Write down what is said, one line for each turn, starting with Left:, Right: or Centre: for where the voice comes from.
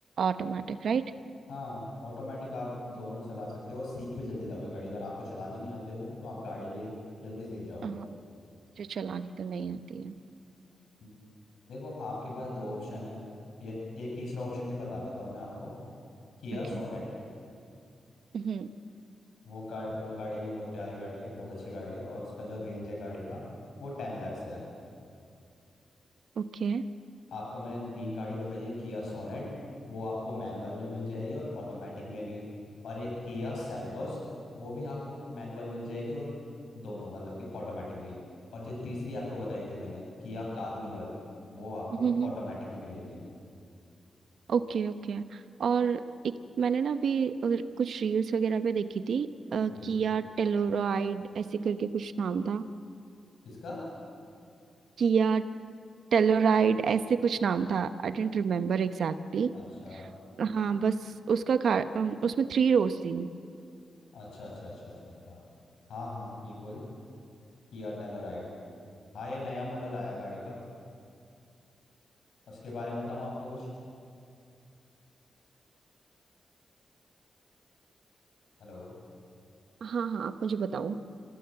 Right: Automatic right
Left: हाँ ऑटोमेटिक आप दोनों चला सकते हो सीख भी जल्दी जाओगे गाड़ी अगर आपको चलाने नहीं आती होगी ना तो आप गाड़ी भी जल्दी सीख जाओगे
Right: हाँ जो चलानी तो नहीं आती है
Left: हम्म, देखो आपके पास दो ऑप्शन है ये एक तीसरा ऑप्शन भी बता देता हूँ मैं आपको किया
Right: ओके
Left: सोनेट
Right: हम्म
Left: वो गाड़ी वो गाड़ी भी बहुत प्यारी गाड़ी है बहुत अच्छी गाड़ी है और उसका जो रेंज है गाड़ी का वो टेन lakhs है
Right: ओके
Left: आपको मैंने तीन गाड़ी बताई है किया सोनेट वो आपको मैनुअल में मिल जाएगी और ऑटोमेटिक में भी और एक किया सेल्टोस वो भी आपको मैनुअल मिल जाएगी और दोनों मतलब कि ऑटोमेटिक भी और जो तीसरी आपको बताई थी मैंने किया कार्निवल वो आपको
Right: हम्म
Left: ऑटोमेटिक में मिलेगी
Right: ओके ओके और एक मैंने ना अभी अगर कुछ रील्स वगैरह पे देखी थी अ,
Left: जी
Right: किया टेलोरॉयड ऐसे करके कुछ नाम था
Left: किसका
Right: किया टेलोराइड ऐसे कुछ नाम था I don't remember exactly
Left: अच्छा
Right: हाँ बस उसका कार, अम, उसमें थ्री रोज थी
Left: अच्छा अच्छा अच्छा अच्छा अच्छा हाँ हाँ बिल्कुल किया टेलोराइड हाँ ये नया मॉडल आया है गाड़ी का उसके बारे में बताऊँ आपको कुछ हेलो
Right: हाँ हाँ आप मुझे बताओ